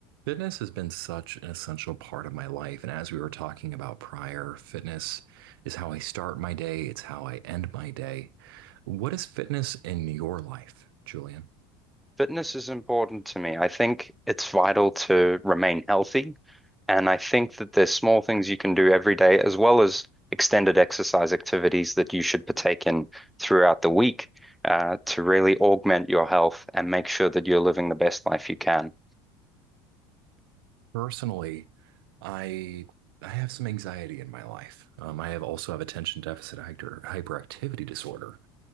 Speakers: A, on the right; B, in the centre.
A: Fitness has been such an essential part of my life. And as we were talking about prior, fitness is how I start my day, it's how I end my day. What is fitness in your life, Julian?
B: Fitness is important to me. I think it's vital to remain healthy. And I think that there's small things you can do every day, as well as extended exercise activities that you should partake in throughout the week, uh, to really augment your health and make sure that you're living the best life you can.
A: Personally, I I have some anxiety in my life. Um, I have also have attention deficit hyper, hyperactivity disorder.